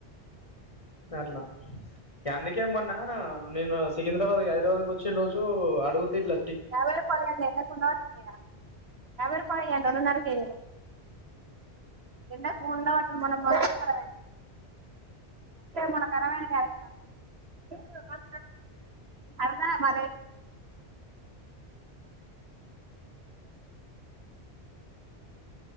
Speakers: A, on the left; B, on the right.
A: అట్లా అందుకే మొన్నా నేను సికింద్రాబాద్ హైదరాబాద్కి వచ్చిన రోజు అగుతే ఇట్ల
B: యాభై రూపాయ అంటే ఏమనుకున్నారు అన్నయ్య యాభై రూపాయలు ఇయ్యండి రెండున్నర కేజీలు ఎండకు ఉండబట్టి మొన్న ఖరాబ్ అయింది మన కరాబైన <unintelligible> మ అద అర్ద <unintelligible> మన